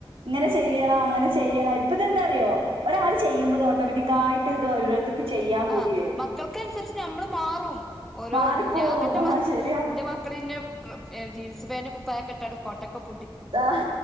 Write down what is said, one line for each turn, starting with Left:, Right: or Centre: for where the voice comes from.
Right: ഇങ്ങനെ ചെയ്യണം അങ്ങനെ ചെയ്യണം ഇപ്പം തന്നെ അറിയ അറിയോ ഒരാൾ ചെയ്യിമ്പത് ഓട്ടോമാറ്റിക്കായിട്ട് ഇത് ഓരോരുത്തർക്ക് ചെയ്യാൻ പൂതി
Centre: ആ
Right: വരും.
Centre: മക്കൾക്കനുസരിച്ച് നമ്മള് മാറും ഓരോ
Right: മാറിപ്പോവും
Centre: ഞാൻ തന്നെ
Right: ആ ശരിയാ.
Centre: എന്റെ മക്കളെന്നെ <unintelligible> <unintelligible> സുേനങ്കും കുപ്പായം ഫോട്ടോക്ക <unintelligible>
Right: ആഹ്